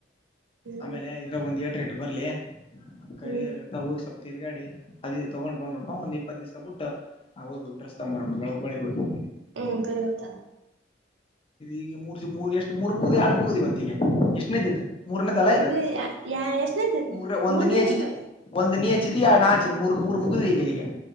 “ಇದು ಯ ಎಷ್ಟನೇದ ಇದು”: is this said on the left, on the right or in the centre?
Right